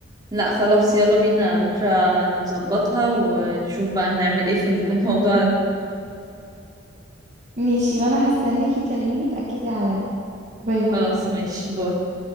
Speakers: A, on the right; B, on the right.
A: لا خلاص يلا بينا بكرة نظبطها ونشوف بقى هنعمل ايه في الموضوع ده
B: ماشي وانا هستناكي تكلميني تأكدي عليا باي باي
A: خلاص ماشي باي